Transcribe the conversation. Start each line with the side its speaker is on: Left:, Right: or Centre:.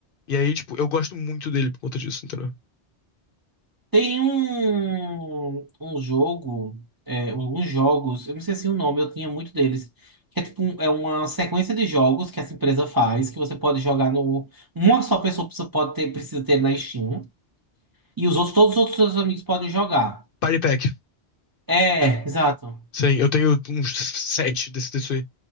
Left: E aí, tipo, eu gosto muito dele por conta disso, entendeu?
Right: Tem um, um jogo, é, alguns jogos, eu não sei se o nome, eu tinha muito deles. Que é tipo um- é uma sequência de jogos que essa empresa faz, que você pode jogar no. Uma só pessoa precisa- pode ter, precisa ter na Steam. E os outros, todos os outros seus amigos podem jogar.
Left: Party Pack.
Right: É, exato.
Left: Sim, eu tenho uns sete desse, desse aí.